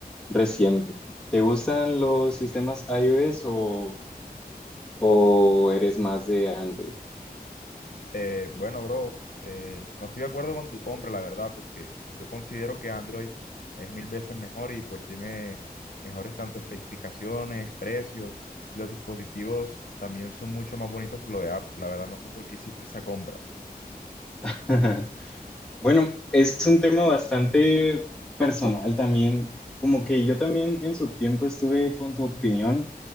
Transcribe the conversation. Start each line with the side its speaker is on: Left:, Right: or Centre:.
Centre: reciente. ¿Te gustan los sistemas iOS o, o eres más de Android?
Left: Eh, bueno, bro, eh, no estoy de acuerdo con tu compra, la verdad, porque yo considero que Android es mil veces mejor y pues tiene mejores tanto especificaciones, precios. Los dispositivos también son mucho más bonitos que lo de Apple. La verdad, no sé por qué hiciste esa compra.
Centre: <laughs> Bueno, es un tema bastante personal también. Como que yo también en su tiempo estuve con tu opinión,